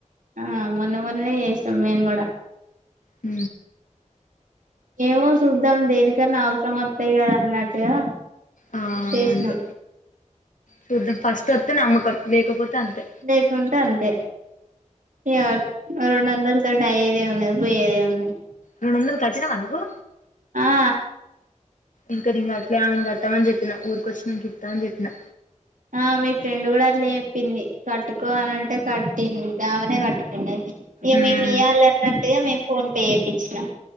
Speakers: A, on the right; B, on the left.
A: ఆ మొన్న మొన్ననే చేసాం మేము కూడా
B: ఆ
A: ఏమో చూద్దాం దేనికన్నా అవసరం వస్తాయి కదా అన్నట్టుగా
B: ఆ
A: చేసినాం
B: అంతే చూద్దాం ఫస్ట్ వస్తే నమ్మకం లేకపోతే అంతే
A: లేకుంటే అంతే ఇ రెండు వందలు తోటి అయేదే ఉన్నాది పోయేదే ఉన్నాది
B: రెండో వందలు కాట్టీన వ నువ్వు
A: ఆ
B: ఇంక అట్లే ఆమెన్ కట్టాని చెప్పిన ఊక వచ్చినను కితా అ చెప్పినా
A: ఆ మీ ఫ్రెండ్ కూడా అట్లే చెప్పింది కట్టుకో అనింటే కట్టింది ఆమెనే కట్టుకుంది ఇ
B: మ్మ్
A: మేమి ఇవ్యాలి అన్నట్టుగా మేము ఫోన్ పే చేపిచ్చినం